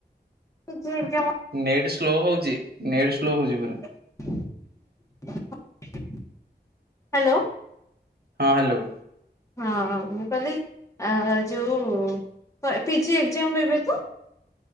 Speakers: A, on the left; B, on the right.
A: ପିଜି ଏଯାମ।
B: ନେଟ୍ ସ୍ଲୋ ହଉଚି ନେଟ୍ ସ୍ଲୋ ହଉଚି ପୁରା।
A: ହ୍ୟାଲୋ।
B: ହଁ ହ୍ୟାଲୋ।
A: ହଁ ମୁଁ କହିଲି ଆ ଯୋଉ ହ ପିଜି ଏକ୍ଜାମ ଏବେ ତ?